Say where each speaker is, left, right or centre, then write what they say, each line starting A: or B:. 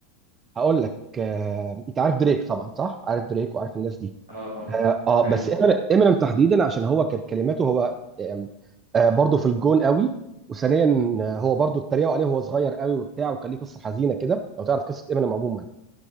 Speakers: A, on the right; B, on the right.
A: هقول لك آه، انت عارف دريك طبعا صح عارف دريك وعارف الناس دي
B: اه اه
A: اه آه،
B: ايوه
A: بس امينيم تحديدا عشان هو كانت كلماته هو آم، آه، برضه في الجون قوي وثانيا آه، هو برضه اتريقوا عليه وهو صغير قوي وبتاع وكان ليه قصه حزينه كده لو تعرف قصه امينيم عموما